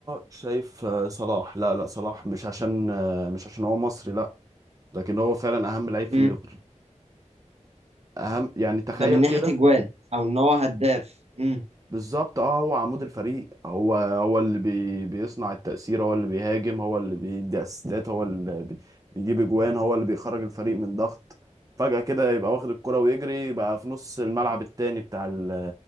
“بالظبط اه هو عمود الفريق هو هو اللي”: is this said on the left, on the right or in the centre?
Right